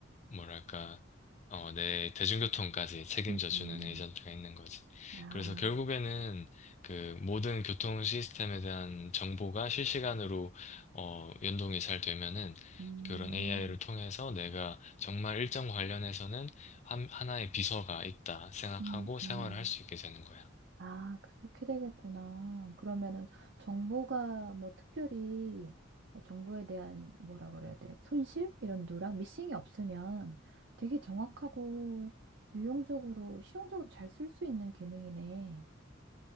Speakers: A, on the left (about 35°); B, on the right (about 60°).
A: 뭐랄까 어, 내 대중교통까지 책임져주는
B: 응, 응,
A: 에이전트가 있는 거지.
B: 아,
A: 그래서 결국에는 그 모든 교통 시스템에 대한 정보가 실시간으로 어, 연동이 잘 되면은
B: 음,
A: 그런 AI를 통해서 내가 정말 일정 관련해서는 한, 하나의 비서가 있다 생각하고
B: 음,
A: 생활을
B: 음.
A: 할 수 있게 되는 거야.
B: 아, 그렇게 되겠구나. 그러면은 정보가 뭐 특별히 어, 정보에 대한 뭐라 그래야 돼? 손실? 이런 누락? 미싱이 없으면 되게 정확하고 유용적으로, 실용적으로 잘 쓸 수 있는 기능이네.